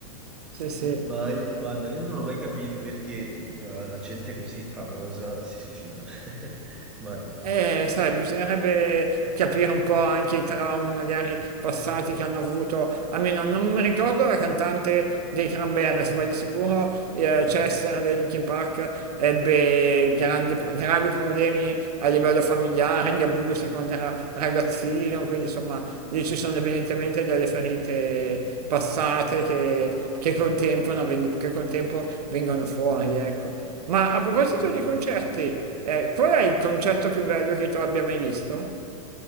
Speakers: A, on the right (about 85°); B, in the centre.
A: sì, sì.
B: Ma io- guarda, io non ho mai capito perché eh, la gente così famosa si suicida. <laughs> Mai.
A: Eh, sai, bisognerebbe capire un po' anche i traumi magari passati che hanno avuto, almeno non mi ricordo la cantante dei Cranberries, ma di sicuro eh, Chester dei Linkin Park ebbe grandi- gravi problemi a livello familiare, di abusi quando era ragazzino, quindi insomma lì ci sono evidentemente delle ferite passate che, che col tempo, non ven- che col tempo vengono fuori, ecco. Ma a proposito
B: Eh,
A: di
B: no,
A: concerti,
B: è chiaro.
A: eh, qual è il concerto più bello che tu abbia mai visto?